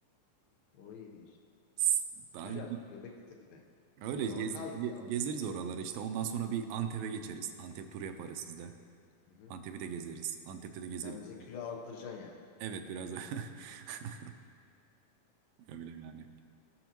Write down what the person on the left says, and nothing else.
O iyiymiş.
Güzel.
Göbekli Tepe.
O
zaman kaldık
ya. orada.
Hı
hı.
Sen bize külah aldıracaksın yani.